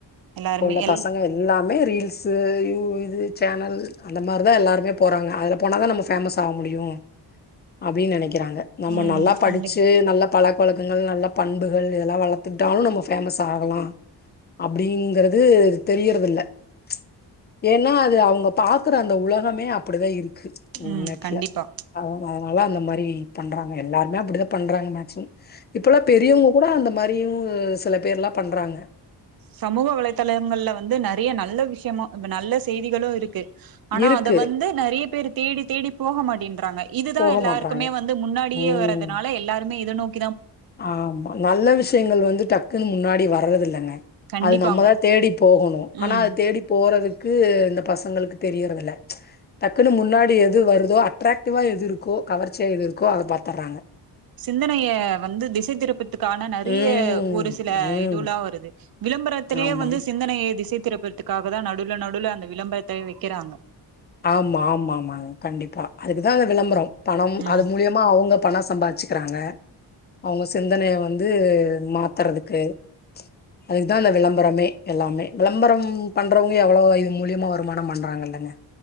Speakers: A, on the right; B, on the left.
A: எல்லாருமே
B: இப்பவுள்ள
A: எல்
B: பசங்க எல்லாமே ரீல்ஸு யூ இது சேனல் அந்த மார்தா எல்லாருமே போறாங்க அதுல போனாதா நம்ம ஃபேமஸ் ஆக முடியூ அப்டின் நெனைக் கிறாங்க நம்மோ
A: ம்
B: நல்லா படிச்சு
A: கண்டிப்
B: நல்ல பழக்கவழக்கங்கள் நல்லப் பண்புகள் இதல்லா வளத்துட்டாலூ நம்ம ஃபேமஸ் ஆகலா அப்டிங்கிறது தெரியிறதில்ல ம்ச் ஏனா அது அவங்க பாக்குற அந்த உலகமே அப்படிதா இருக் <unintelligible>
A: ம்
B: நெட்ல
A: கண்டிப்பா
B: அவ வர் ஒல அந்த மாரி பண்றாங்க எல்லாருமே அப்டிதா பண்றாங்க மேக்சிமம் இப்பல்லா பெரியவங்க கூட அந்த மாரியூ சில பேர்லா பண்றாங்க
A: சமூக வலைதளங்கள்ல வந்து நறைய நல்ல விஷ்யமா ப்ப நல்ல செய்திகளு இருக்கு ஆனா
B: இருக்கு
A: அத வந்து நறைய பேருத் தேடி தேடி போக மாட்டின்றாங்கய் இதுதா
B: போக
A: எல்லாருக்குமே
B: மாட்றாங்க.
A: வந்து முன்னாடியே
B: ம்.
A: வர்றதுனால எல்லாருமே இத் <unintelligible> ப்
B: ஆமா நல்ல விஷயங்கள் வந்து டக் குன் முன்னாடி வர்றதில்லங்க
A: கண்டிப்பாங்க
B: அது நம்மதா தேடி போகணூ ஆனா
A: ம்
B: அது தேடி போறதுக் கு இந்த பசங்களுக் தெரியறதில்ல ம்ச் டக்குன்னு முன்னாடி எது வருதோ அட்ராக்டிவா எது இருக்கோ கவர்ச்சியா எது இருக்கோ அத பாத்துறாங்க
A: சிந்தனைய வந்து திசை திருப்பத் துக்கான நறிய
B: ம்,
A: ஒரு சில
B: ம்.
A: இதுவுல்லா வருது விளம்பரத்துலேயே
B: ஆமாங்க.
A: வந்து சிந்தனைைய திசைத் திறப்புறதுக்காக தா நடுல நடுல அந்த விளம்பரத்த வெக்கிறாங்க
B: ஆமா ஆமா ஆமா கண்டிப்பா அதுக்கு தா அந்த விளம்பரொ பணம்
A: ம்
B: அது மூலியமா அவங்க பணச் சம்பாதிச்சுக்குறாங்க அவங்க சிந்தனைய வந்து மாத்துறதுக்கு அதுக்கு தா அந்த விளம்பரமே எல்லாமே விளம்பரம் பண்றவங்க எவ்வளவோ இதன் மூலியமா வருமான பண்றாங்கல்லங்க